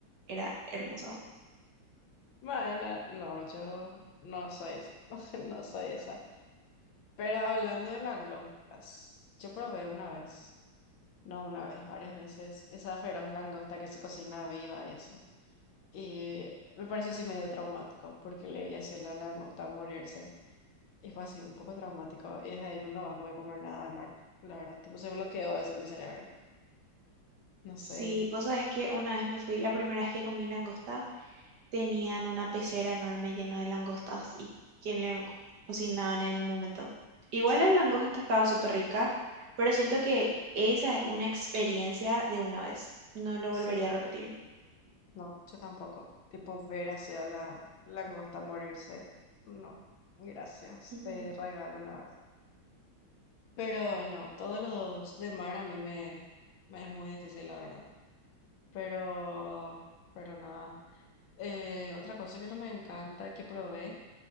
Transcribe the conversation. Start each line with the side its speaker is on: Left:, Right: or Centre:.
Right: era hermoso.
Left: Bueno, no, yo no soy esa. <laughs> No soy esa. Pero hablando de langostas, yo probé una vez, no una vez, varias veces, esa feroz langosta que se cocina viva y eso. Y me pareció así medio traumático, porque le vi así a la langosta morirse. Y fue así, un poco traumático. Y desde ahí nunca más pude comer nada de mar, la verdad. Tipo, se bloqueó eso en mi cerebro. No
Right: Sí,
Left: sé.
Right: vos sabés que una vez me fui, la primera vez que comí langosta, tenían una pecera enorme llena de langostas y que le co- cocinaban en el momento. Igual
Left: Sí,
Right: la langosta estaba súper rica, pero siento que esa es una experiencia de una vez. No lo
Left: sí,
Right: volvería a repetir.
Left: no, yo tampoco. Tipo, ver hacia la langosta morirse. No, gracias,
Right: Ujú.
Left: te regalo, la verdad. Pero no, todos los de mar a mí me, me es muy difícil, la verdad. Pero, pero nada. Eh, otra cosa que no me encanta, que probé,